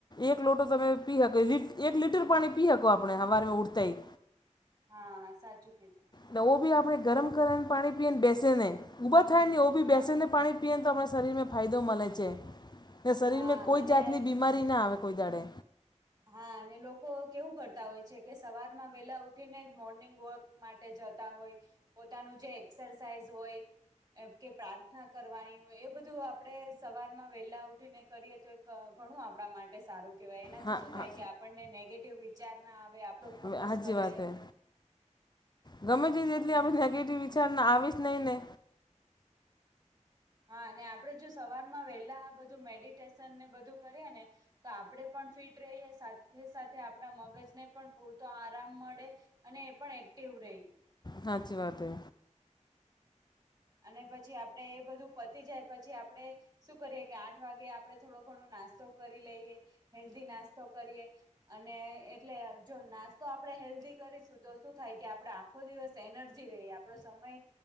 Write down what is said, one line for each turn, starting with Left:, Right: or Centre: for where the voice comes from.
Left: એક લોટો તમે પી હકો લીટ એક લીટર પાણી પી હકો આપણે હવારમાં ઊઠતાંઈ
Right: હા, સાચું કીધું.
Left: ને ઓ બી આપણે ગરમ ગરમ પાણી પીય ને બેસી નહી ઊભા થાય ને ઓ બી
Right: હા
Left: બેસીને પાણી પીએને તો આપણાં શરીરને ફાયદો મલે છે ને શરીરમાં
Right: હા
Left: કોઈ
Right: અને
Left: જાતની બીમારીના આવે કોઈ દહાડે
Right: હા અને લોકો કેવું કરતા હોય છે કે સવારમાં વહેલા ઉઠી ને જ મોર્નિંગ વોક માટે જતા હોય પોતાનું જે એક્સરસાઇઝ હોય એમ કે પ્રાર્થના કરવાની હોય એ બધું આપણે સવારમાં વહેલા ઉઠીને કરીએ તો એ ઘણું આપણા માટે સારું કેહેવાય એનાથી
Left: હા
Right: શું
Left: હા
Right: થાય કે આપણને નેગેટિવ વિચાર ના આવે આપ ડો ફોકસ
Left: સાચી
Right: વધે.
Left: વાત હે ગમે તે જેટલી આપણે નેગેટિવ વિચાર આવી જ નહીં ને?
Right: હા અને આપણેે જો સવારમાં વહેલા બધું મેડિટેશન ને બધું કરીએ ને તો આપણેે પણ ફિટ રહીએ સાથે સાથે આપણા મગજ ને પણ પૂરતો આરામ મળે અને એ પણ એક્ટિવ રેય
Left: હાચી વાત હે.
Right: અને પછી આપડે એ બધું પતી જાય પછી આપડે શું કરીએ કે આઠ વાગે આપડે થોડો-ઘણો નાસ્તો કરી લઈએ હેલ્ધી નાસ્તો કરીએ. અને એટલે જો નાસ્તો આપડે હેલ્ધી કરીશું તો શું થાય કે આપડે આ ખો દિવસ એનર્જી રહે આપડો સમય